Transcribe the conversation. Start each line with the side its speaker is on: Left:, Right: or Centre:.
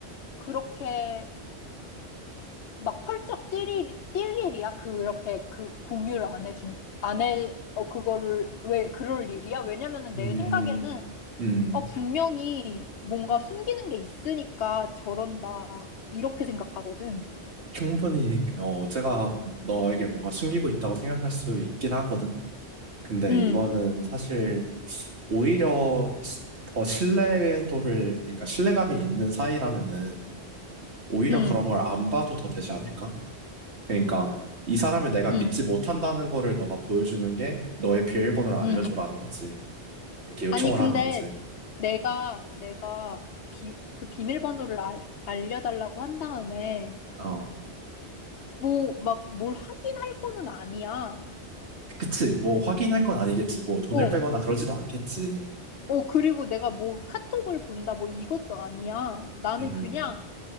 Left: 그렇게 막 펄쩍 뛸 일, 뛸 일이야? 그렇게 그 공유를 안 해준, 안 해, 어, 그거를, 왜 그럴 일이야? 왜냐면은
Right: 음,
Left: 내 생각에는,
Right: 음.
Left: 어, 분명히 뭔가 숨기는 게 있으니까 저런다. 이렇게 생각하거든.
Right: 충분히, 어, 제가 너에게 뭔가 숨기고 있다고 생각할 수 있긴 하거든. 근데
Left: 응,
Right: 이거는 사실 오히려 시- 더 신뢰도를, 그러니까 신뢰감이 있는 사이라면은 오히려
Left: 응,
Right: 그런 걸 안 봐도 더 되지 않을까? 그러니까 이 사람을 내가
Left: 응,
Right: 믿지 못한다는 거를 너가 보여주는 게 너의 비밀번호를 알려줘라는
Left: 응.
Right: 거지. 이렇게 요청을
Left: 아니, 근데
Right: 하는 거지.
Left: 내가, 내가 비, 그 비밀번호를 알, 알려달라고 한 다음에,
Right: 어.
Left: 뭐, 막 뭘 하긴 할 거는 아니야.
Right: 그치, 뭐 확인할 건 아니겠지, 뭐 돈을
Left: 어,
Right: 빼거나 그러지도 않겠지.
Left: 어, 그리고 내가 뭐 카톡을 본다, 뭐 이것도 아니야. 나는
Right: 음,
Left: 그냥